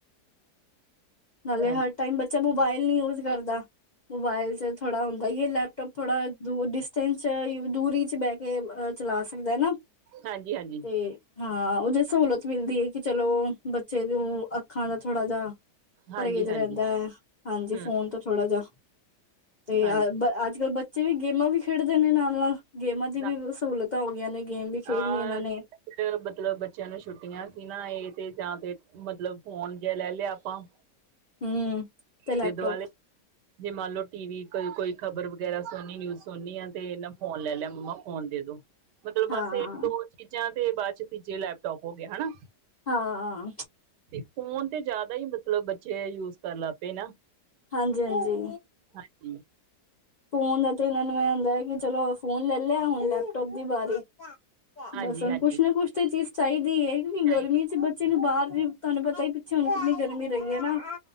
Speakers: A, on the left; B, on the right.
A: ਨਾਲੇ
B: ਹਾਂਜੀ,
A: ਹਰ ਟਾਈਮ ਬੱਚਾ ਮੋਬਾਇਲ ਨੀ ਯੂਜ ਕਰਦਾ ਮੋਬਾਇਲ ਚ ਥੋੜਾ ਹੁੰਦਾ ਏ ਲੈਪਟੋਪ ਥੋੜਾ ਦ ਡਿਸਟੈਂਸ ਚ ਦੂਰੀ ਚ ਬੈ ਕੇ ਅ ਚਲਾ ਸਕਦਾ ਨਾ
B: ਹਾਂਜੀ-ਹਾਂਜੀ।
A: ਤੇ ਹਾਂ ਉਹ ਜੇ ਸਹੂਲਤ ਮਿਲਦੀ ਹੈ ਕਿ ਚਲੋ ਬੱਚੇ ਨੂੰ ਅੱਖਾਂ ਦਾ ਥੋੜਾ ਜਿਹਾ ਪਰਹੇਜ਼
B: ਹਾਂਜੀ-ਹਾਂਜੀ
A: ਰਹਿੰਦਾ ਹੈ ਹਾਂਜੀ
B: ਹੂੰ
A: ਫੋਨ ਤੋਂ ਥੋੜਾ ਜਾ ਤੇ
B: ਹਾਂਜੀ।
A: ਅ
B: ਹਮ
A: ਅੱਜ ਕੱਲ੍ਹ ਜੇ ਵੀ ਗੇਮਾਂ ਵੀ ਖੇਡਦੇ ਨੇ ਨਾਲ-ਨਾਲ ਗੇਮਾਂ ਦੀ
B: ਹਾਂਜੀ
A: ਵੀ ਸਹੂਲਤਾਂ ਹੋ ਗਈਆਂ ਨੇ ਗੇਮ ਵੀ ਖੇਡਣੀ
B: ਆ
A: ਇਹਨਾਂ ਨੇ।
B: ਮਤਲਬ ਬੱਚਿਆਂ ਨੂੰ ਛੁੱਟੀਆਂ ਸੀ ਨਾ ਇਹ ਤੇ ਜਾਂ ਤੇ ਮਤਲਬ ਫੋਨ ਜ ਲੈ ਲਿਆ ਆਪਾਂ।
A: ਹਮ ਤੇ ਲੈਪਟੋਪ।
B: ਇਹਦੇ ਦੁਆਲੇ ਜੇ ਮੰਨ ਲਓ ਟੀ ਵੀ ਕੋ ਕੋਈ ਖ਼ਬਰ ਵਗੈਰਾ ਸੁਣਨੀ ਨਿਊਜ਼ ਸੁਣਨੀ ਆ ਤੇ ਇਹਨਾਂ ਫੋਨ ਲੈ ਲਿਆ ਮੰਮਾ ਫੋਨ ਦੇ ਦੋ ਮਤਲਬ
A: ਹਾਂ
B: ਬਸ ਇਹ ਦੋ ਚੀਜ਼ਾਂ ਤੇ ਬਾਅਦ ਚ ਤੀਜੇ ਲੈਪਟੋਪ ਹੋ ਗਿਆ ਹੈਨਾ।
A: ਹਾਂ
B: ਤੇ ਫੋਨ ਤੇ ਜ਼ਿਆਦਾ ਹੀ ਮਤਲਬ ਬੱਚੇ ਯੂਜ ਕਰਨ ਲੱਗ ਪਏ ਨਾ
A: ਹਾਂਜੀ-ਹਾਂਜੀ
B: ਹਾਂਜੀ।
A: ਫੋਨ ਦਾ ਤੇ ਇਹਨਾਂ ਨੂੰ ਇਹ ਹੁੰਂਦਾ ਹੈ ਕਿ, ਚਲੋ ਫੋਨ ਲੈ ਲਿਆ ਹੁਣ ਲੈਪਟੋਪ ਦੀ ਵਾਰੀ <unintelligible>
B: ਹਾਂਜੀ
A: ਬਸ ਹੁੂੰਨ
B: ਹਾਂਜੀ
A: ਕੁਛ ਨਾ ਕੁਛ ਤਾਂ ਇਹ ਚੀਜ਼ ਚਾਹੀਦੀ ਹੈ, ਕਿਉਂਕਿ
B: ਚਾਹੀਦੀ
A: ਗਰਮੀ ਚ ਬ ਬੱਚੇ ਨੂੰ ਬਾਹਰ ਵੀ ਤੁਹਾਨੂੰ ਪਤਾ ਹੀ ਪਿੱਛੇ ਹੁਣ ਕਿੰਨੀ ਗਰਮੀ ਰਹੀ ਹੈ ਨਾ।